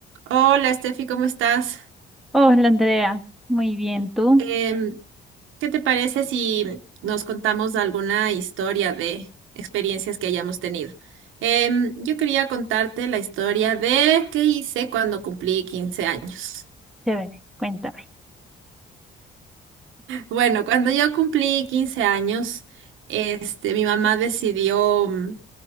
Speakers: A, on the right (about 85°); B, in the centre.
A: Hola, Steffi, ¿cómo estás?
B: Hola Andrea, muy bien, ¿tú?
A: Em, ¿qué te parece si nos contamos alguna historia de experiencias que hayamos tenido? Em, yo quería contarte la historia de qué hice cuando cumplí 15 años.
B: Chévere, cuéntame.
A: Bueno, cuando yo cumplí 15 años, este, mi mamá decidió mm,